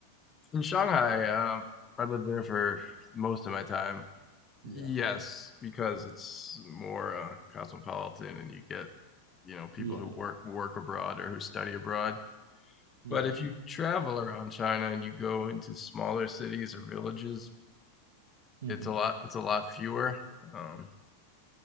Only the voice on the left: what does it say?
In Shanghai, um, I lived there for most of my time. Yes,
because it's more, uh, cosmopolitan and you get, you know, people
who
work work abroad or who study abroad.
But if you travel around China and you go into smaller cities or villages,
it's a lot it's a lot fewer. Um,